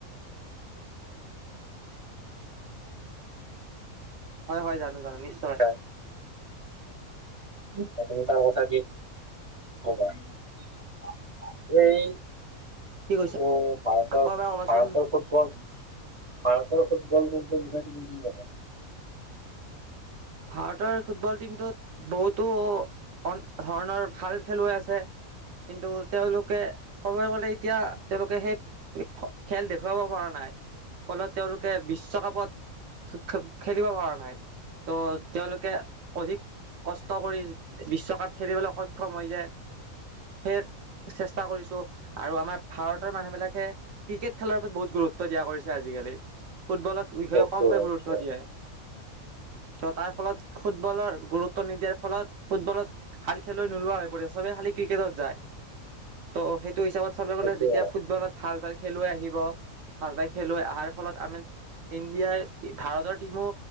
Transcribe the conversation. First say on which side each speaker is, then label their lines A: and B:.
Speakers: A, on the right; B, on the right.
A: হয়, হয় জানো। আমি জানো
B: বিখ্যাত
A: নিশ্চয়।
B: তাৰ কথা কি কবা এই। কিন্তু
A: কি কৈছা
B: ভাৰতৰ,
A: আকৌ এবাৰ ক'বাচোন
B: ভাৰতৰ ফুটবল। ভাৰতৰ ফুটবল বিষয়ে তুমি কি কবা।
A: ভাৰতৰ ফুটবল টিমটোত বহুতো অন ধৰণৰ ভাল খেলুৱৈ আছে কিন্তু তেওঁলোকে। ক'বলৈ গলে এতিয়া তেওঁলোকে সেই খেল দেখুৱাব পৰা নাই ফলত তেওঁলোকে বিশ্বকাপত খে খেলিব পৰা নাই। অ তেওঁলোকে অধিক কষ্ট কৰি বিশ্বকাপ খেলিবলৈ সক্ষম হৈ যায়, সেই চেষ্টা। কৰিছো আৰু আমাৰ ভাৰতৰ মানুহ বিলাক। ক্ৰিকেট খেলাৰ ওপৰত বহুত গুৰুত্ব। গুৰুত্ব দিয়া কৰিছে আজিকালি। ফুটবলৰ বিষয়ে
B: কওকচোন
A: কমকে
B: অলপ।
A: গুৰুত্ব দিয়ে। ত তাৰ ফলত ফুটবলৰ গুৰুত্ব নিদিয়াৰ ফলত ফুটবলত। খাল খেলৈ নোলোৱা হৈ পৰে চবেই খালি ক্ৰিকেটত যায় ত' সেই। টো হিচাপত চাব
B: সেইটোৱে
A: গলে যেতিয়া ফুটবলত ভাল ভাল। খেলুৱৈ আহিব ভাল পাই খেলুৱৈ আহাৰ ফলত আমি ইণ্ডিয়াৰ ভাৰতৰ টিমো